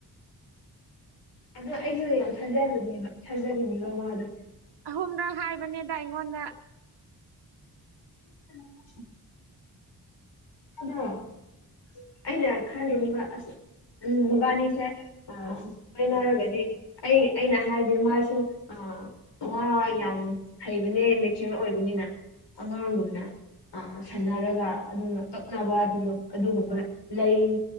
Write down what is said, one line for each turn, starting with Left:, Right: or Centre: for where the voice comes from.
Left: ꯑꯗꯨ ꯑꯩꯁꯨ ꯌꯥꯝ ꯊꯥꯖꯔꯤꯅꯦꯕ ꯊꯥꯖꯔꯤꯅꯦꯕ ꯃꯥꯗꯣ
Right: ꯑꯍꯨꯝꯗ ꯍꯥꯏꯕꯅꯦꯗ ꯑꯩꯉꯣꯟꯗ
Left: <inaudible> ꯑꯗꯣ ꯑꯩꯅ ꯈꯜꯂꯤꯅꯦꯕ ꯑꯁ ꯎꯝ ꯃꯕꯥꯟꯅꯤꯁꯦ ꯑ ꯑꯩꯅ ꯍꯥꯏꯔꯒꯗꯤ ꯑꯩ ꯑꯩꯅ ꯍꯥꯏꯔꯗꯤ ꯃꯥꯁꯨ ꯑ ꯋꯥ‌ ꯋꯥ‌ ꯌꯥꯝ ꯍꯩꯕꯅꯦ ꯃꯦꯆ꯭ꯌꯣꯔ ꯑꯣꯏꯕꯅꯤꯅ ꯑꯉꯥꯡꯒꯨꯝꯅ ꯑ ꯁꯥꯟꯅꯔꯒ ꯑꯗꯨꯒ ꯇꯛꯅꯕ ꯑꯗꯨꯒ ꯑꯗꯨꯒꯨꯝꯕ ꯂꯩ